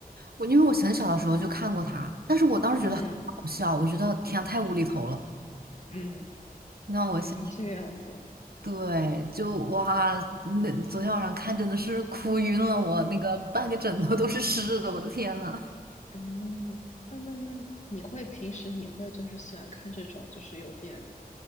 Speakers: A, on the right; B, on the left.
A: 我，因为我很小的时候就看过他，但是我当时觉得很好笑，
B: 嗯嗯
A: 我觉得天啊，太无厘头了。
B: 嗯，
A: 那我现在
B: 嗯啊，这个样子。
A: 对，就哇，那昨天晚上看真的是哭晕了我，那个半个枕头都是湿的，我的天呐！
B: 嗯，那那那，你会平时你会就是喜欢看这种就是有点